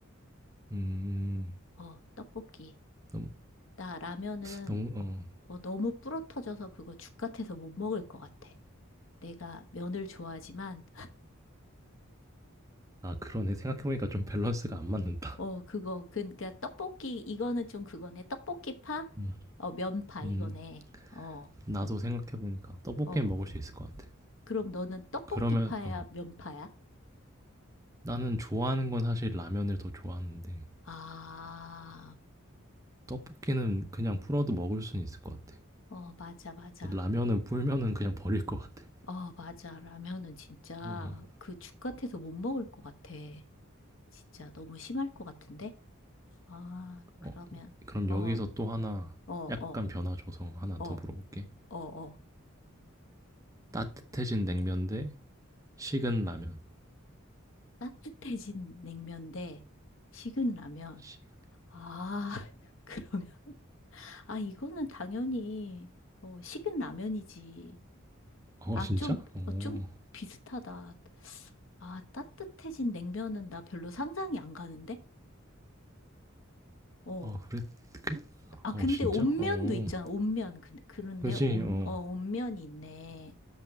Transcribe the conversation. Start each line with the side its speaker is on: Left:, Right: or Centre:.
Right: 음,
Left: 어, 떡볶이.
Right: 너무
Left: 나 라면은
Right: 너무 어,
Left: 뭐 너무 불어 터져서 그거 죽 같아서 못 먹을 것 같아. 내가 면을 좋아하지만,
Right: 아 그러네 생각해보니까 좀 밸런스가 안 맞는다.
Left: 어, 그거. 그러니까 떡볶이 이거는 좀 그거네. 떡볶이 파?
Right: 음,
Left: 어, 면파
Right: 음,
Left: 이거네. 어.
Right: 나도 생각해보니까 떡볶이
Left: 어.
Right: 먹을 수 있을 것 같아.
Left: 그럼 너는 떡볶이
Right: 그러면,
Left: 파야,
Right: 어,
Left: 면파야?
Right: 나는 좋아하는 건 사실 라면을 더 좋아하는데,
Left: 아.
Right: 떡볶이는 그냥 풀어도 먹을 수는 있을 것 같아.
Left: 어, 맞아, 맞아.
Right: 근데 라면은 불면은 그냥 버릴 것 같아.
Left: 어, 맞아. 라면은 진짜
Right: 어,
Left: 그 죽 같아서 못 먹을 것 같아. 진짜 너무 심할 것 같은데? 아, 그러면
Right: 어, 그럼
Left: 어,
Right: 여기서
Left: 어,
Right: 또 하나,
Left: 어,
Right: 약간 변화 줘서 하나
Left: 어,
Right: 더 물어볼게.
Left: 어, 어.
Right: 따뜻해진 냉면 대 식은 라면.
Left: 따뜻해진 냉면 대 식은 라면.
Right: 식-
Left: 아, <laughs> 그러면 아, 이거는 당연히, 어, 식은 라면이지.
Right: 어,
Left: 아,
Right: 진짜?
Left: 좀,
Right: 어,
Left: 어, 좀 비슷하다. 아, 따뜻해진 냉면은 나 별로 상상이 안 가는데? 어.
Right: 어, 그래, 그,
Left: 아,
Right: 어,
Left: 근데
Right: 진짜?
Left: 온면도
Right: 어,
Left: 있잖아. 온면. 그, 그렇네.
Right: 그지,
Left: 온,
Right: 어,
Left: 어, 온면이 있네.